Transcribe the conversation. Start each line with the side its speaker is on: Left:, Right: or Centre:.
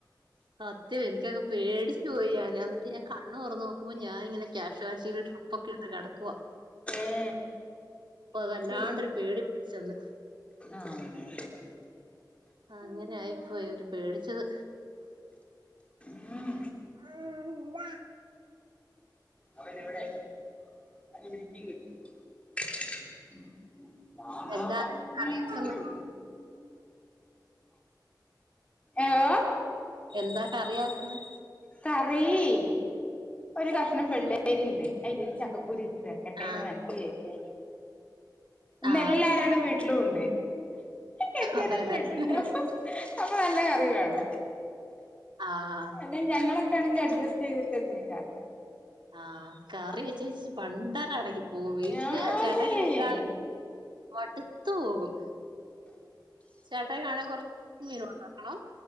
Right: സത്യം എനിക്കങ് പേടിച്ചു പോയി ഞാൻ. ഞാ എന്നട്ട് ഞാൻ കണ്ണ് തൊറന്ന് നോക്കുമ്പോ ഞാൻ ഇങ്ങെ ക്യഷോലിറ്റി ട്രിപ്പ് ഒക്കെ ഇട്ട് കെടക്കുവാ.
Left: ഏ
Right: അപ്പൊ വല്ലാണ്ടെരു
Left: ചൂട്
Right: പേടി പിടിച്ചന്ന്.
Left: അമ്മേ
Right: ആ അങ്ങനെ ആയിപ്പോയി ഒരു പേടിച്ചത്.
Left: ഉം
Right: ഉം ബ..
Left: അവൻ ഇവിടെ. <unintelligible>
Right: എന്താ എന്നിട്ട് കറിയാക്കുന്നെ?
Left: ഏഹ്
Right: എന്താ കറിയാക്ക്ന്നെ.
Left: കറീ ഒരു കഷ്ണം വെള്ളേരിണ്ട് അതിലൊരു ചക്കക്കുരൂ ഇട്ട് വെക്കട്ടെന്ന്
Right: ആ
Left: മനസ്സില് വിചായിച്ച് ഇന്ന്എല്ലാരാണ്
Right: ആ
Left: വീട്ടിലും ഉണ്ട്. കെട്ടിയോനൊക്കെ
Right: അതെല്ലേ.
Left: വീട്ടിലുണ്ട് അപ്പൊ നല്ല കറി വേണോം.
Right: ആഹ്
Left: അല്ലെ ഞങ്ങളൊക്കേണെങ്കി അട്ജസ്റ്റ് ചെയ്തിട്ട്എന്തേങ്കും കാക്ക..
Right: ആഹ് കറി വെച്ച് വെച്ച് പണ്ടരം അടങ്ങി പോകും വീട്ടില്
Left: ഞാന്
Right: ചേട്ടായിന്റെ വീട്ടില് ആള് മട്ത്തു പോകും. ചേട്ടയി കാണെ കൊറച്ച് മീൻ ഒണ്ടാക്കണം